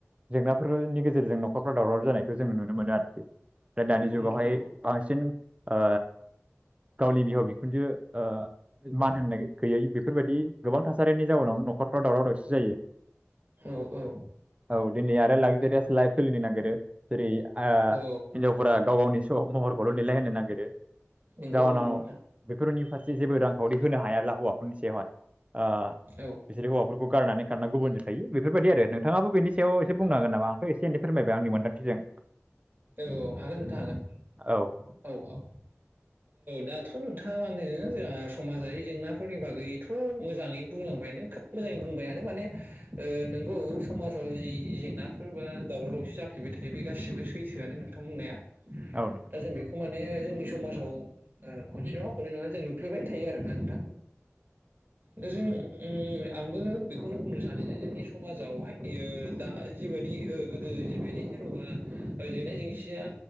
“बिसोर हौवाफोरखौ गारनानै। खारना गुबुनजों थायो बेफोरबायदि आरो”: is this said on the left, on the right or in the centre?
Right